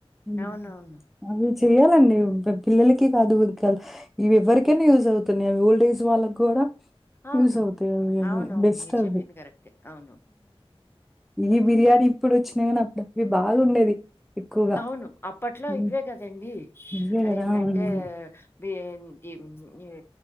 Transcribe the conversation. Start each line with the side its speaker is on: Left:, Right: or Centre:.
Centre: అ
Left: అవునవును.
Centre: ఆ వి చెయ్యాలండి పి పి పిల్లలకి కాదు ఇంక హ్ ఇవి ఎవరికైనా యూజ్ అవుతున్నాయి అవి ఓల్డ్ ఏజ్ వాళ్ళకి కూడా
Left: అవును.
Centre: యూస్ అవుతయి అవి అవి
Left: అవునవును.
Centre: బెస్ట్
Left: మీరు
Centre: అవ్వి
Left: చెప్పింది కరెక్టే. అవును.
Centre: ఇది బిర్యానీ ఇప్పుడు వొచ్చినాయి కానీ అప్పుడు అవి బాగుండేది ఎక్కువగా.
Left: అవును అప్పట్లో
Centre: హ్మ్.
Left: ఇవ్వే గదండి
Centre: ఇవే గదా!
Left: ఏంటంటే
Centre: అవునవును.
Left: బియ్యమ్ కీ ఇమ్ నిమ్